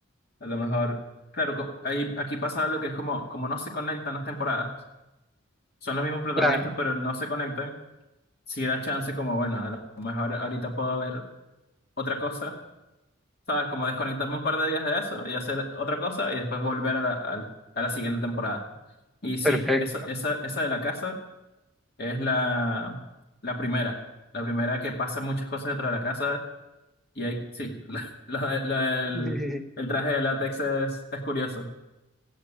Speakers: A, on the left; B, in the centre.
A: a lo mejor. Claro, co- ahí, aquí pasa algo que es como, como no se conectan las temporadas, son los mismos protagonistas,
B: Claro,
A: pero no se conectan. Sí da chance, como bueno, a lo mejor ahorita puedo ver otra cosa ¿sabes? Como desconectarme un par de días de eso y hacer otra cosa y después volver a la, al- a la siguiente temporada. Y sí,
B: perfecto.
A: esa, esa, esa de la casa es la, la primera. La primera que pasa muchas cosas dentro de la casa y ahí, sí, <laughs> la- la- la- el,
B: <laughs>
A: el traje de látex es, es curioso.